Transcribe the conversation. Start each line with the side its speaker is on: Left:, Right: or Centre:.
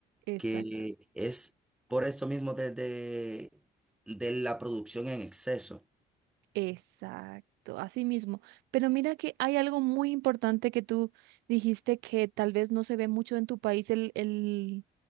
Right: Exacto.
Centre: que es por esto mismo de, de, de la producción en exceso.
Right: Exacto, así mismo. Pero mira que hay algo muy importante que tú dijiste que tal vez no se ve mucho en tu país el, el,